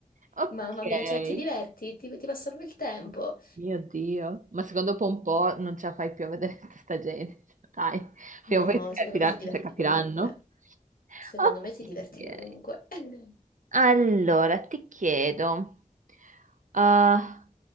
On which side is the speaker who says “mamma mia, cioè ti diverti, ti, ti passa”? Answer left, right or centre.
Left